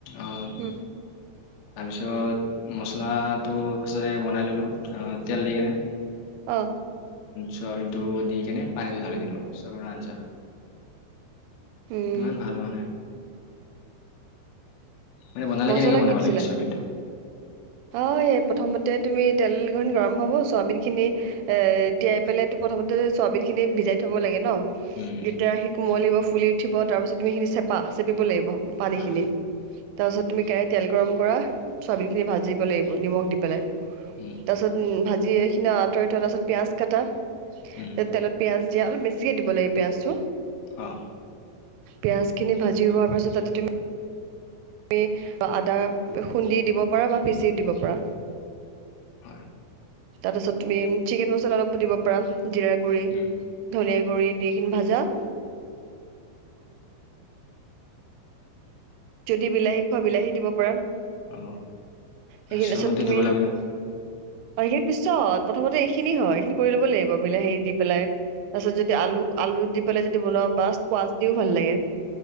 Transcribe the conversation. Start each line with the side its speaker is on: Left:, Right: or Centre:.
Left: অ,
Right: উম।
Left: <unintelligible> তাৰপিছত মচলাটো তাতে বনাই ললো আহ তেল দি কেনে,
Right: অ
Left: চয়াবিনটো দি কেনে পানীটো ঢালি দিলো চয়াবিনৰ আঞ্জা।
Right: উম
Left: ইমান ভাল হোৱা নাই। মানে বনালে
Right: মচলা
Left: কেনেকে বনাব
Right: কি দিছিলে?
Left: লাগে চয়াবিনটো
Right: হয় এই প্ৰথমতে তুমি তেল খিনি গৰম হ'ব চোৱাবিন খিনি এ তিয়াই পেলাই তো প্ৰথমতে চোৱাবিন খিনি ভিজাই থব লাগে ন
Left: উম
Right: তেতিয়া সি কোমলিব ফুলি উঠিব তাৰপিছত তুমি সেইখিনি চেপা চেপিব লাগিব পানীখিনি
Left: হয়
Right: তাৰপাছত তুমি কেৰাহী তেল গৰম কৰা চোৱাবিনখিনি ভাজিব লাগিব নিমখ দি পেলাই
Left: উম
Right: তাৰপিছত ভাজি এইখিনি আঁতৰাই থোৱা তাৰপিছত পিঁয়াজ কাটা
Left: উম
Right: তেলত পিয়াজ দিয়া অলপ বেছিকে দিব লাগিব পিয়াজটো
Left: অ
Right: পিঁয়াজখিনি ভাজি হোৱাৰ পাছত তাতে তুমি তুমি আদা খুন্দি দিব পাৰা বা পিচি দিব পাৰা
Left: হয়
Right: তাৰপাছত তুমি চিকেন মছলা অলপো দিব পাৰা জিৰা গুৰি
Left: উম
Right: ধনিয়াৰ গুড়ি দি কিনে ভাজা যদি বিলাহী খোৱা বিলাহী দিব পাৰা
Left: অ
Right: সেইখিনি
Left: চয়াবিনটো
Right: তাৰ পাছত তুমি
Left: দিব
Right: অ
Left: লাগে ন
Right: সেইখিনি পিছত প্ৰথমতে এইখিনি হয় এইখিনি কৰি ল'ব লাগিব বিলাহী দি পেলাই
Left: অ
Right: তাৰ পিছত যদি আলু আলু দি পেলাই যদি বনাৱ পাৰা সোৱাচ দিও ভাল লাগে